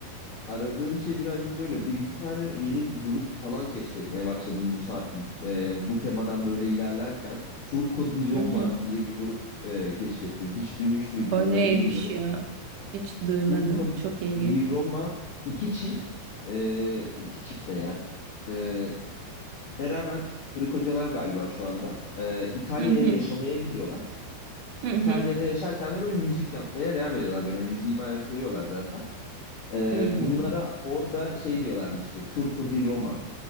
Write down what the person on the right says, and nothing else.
Hı hı.
O
neymiş
ya? Hiç duymadım.
Çok ilginç.
Hı hı.
Hı
hı.
Hı